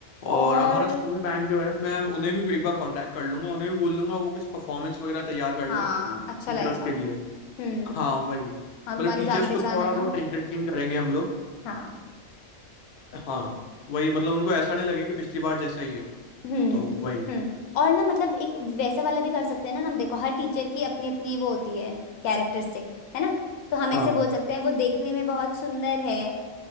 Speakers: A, on the left; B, on the left.
A: और
B: और हमारा स्कूल बैंड जो है मैं उन्हें भी एक बार कांटेक्ट कर लूंगा उन्हें भी बोल दूंगा वो कुछ परफॉर्मेंस वगैरह तैयार कर ले
A: हाँ
B: टीचर्स
A: अच्छा लगेगा
B: के लिए
A: हम्म
B: हाँ वही मतलब
A: हाँ तुम्हारी
B: टीचर्स
A: जान पहचान
B: को थोड़ा
A: है ना
B: बहुत एंटरटेन करेंगे हम लोग
A: हाँ
B: हाँ वही मतलब उनको ऐसा नहीं लगे कि पिछली बार जैसा ही है
A: हम्म
B: तो वही
A: हम्म और ना मतलब एक वैसा वाला भी कर सकते हैं ना हम देखो हर टीचर की अपनी अपनी वो होती है कैरेक्टरिस्टिक है ना तो हम
B: हाँ
A: ऐसे बोल सकते हैं वो देखने में बहुत सुंदर है